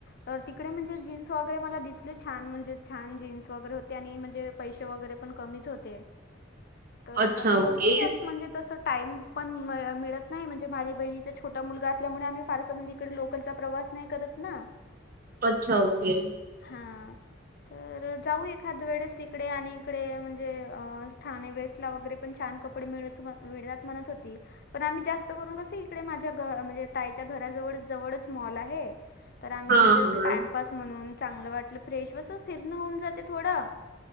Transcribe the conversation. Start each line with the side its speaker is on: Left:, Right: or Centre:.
Left: तर तिकडे म्हणजे जीन्स वगैरे मला दिसले छान म्हणजे छान जीन्स वगैरे हो. त्यांनी म्हणजे पैसे वगैरे पण कमीच होते तर
Right: अच्छा
Left: आता
Right: ओके
Left: बघूयात म्हणजे तस. टाईम पण मिळत नाही म्हणजे माझी बहिणीचा छोटा मुलगा असल्यामुळे आम्ही फारस म्हणजे तडे लोकलचा प्रवास नाही करत ना.
Right: अच्छा ओके.
Left: हा तर जाऊ एखाद वेळेस तिकडे आणि इकडे म्हणजे ठाणे वेस्टला वगैरे पण छान कपडे मिळ मिळतात म्हणत होती. पण आम्ही जास्त करून कस इकडे माझ्या म्हणजे ताईच्या घराजवळ जवळच मॉल आहे. तर आम्ही
Right: हा
Left: म्हणजे असं
Right: हा
Left: टाइमपास म्हणून चांगलं वाटलं फ्रेश वसं फिरण होऊन जाते थोडं